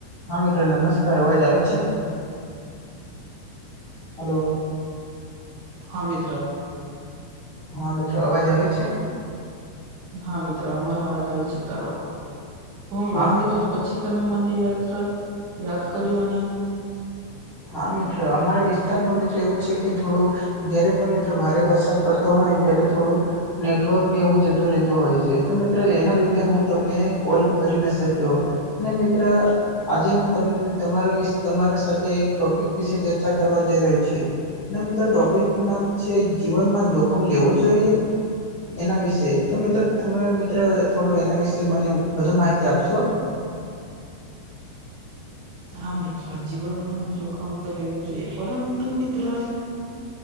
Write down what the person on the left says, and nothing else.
હા મિત્ર નમસ્કાર અવાજ આવે છે હલો
હા મિત્ર અવાજ આવે છે
હા
મિ
હા મિત્ર અમારા વિસ્તારમાં મિત્ર એવું છે કે થોડું જયારે પણ મિત્ર ભારે વરસાદ પડતો હોય ત્યારે થોડુ નેટવર્કને એવું જતું રહેતું હોય છે. તો મિત્રો એના લીધે હું તમને કોલ કરી ના શક્યો- અને મિત્ર આજે હું ત તમારા વિ તમારા સાથે એક- ટોપિક વિશે ચર્ચા કરવા જ ર છએ- મિત્રો ટોપિક નું નામ છે જીવનમાં જોખમ લેવું જોઈએ- એના વિશે તો મિત્રો તમે મિત્ર થોડું એના વિશે મને વધુ માહિતી આપશો-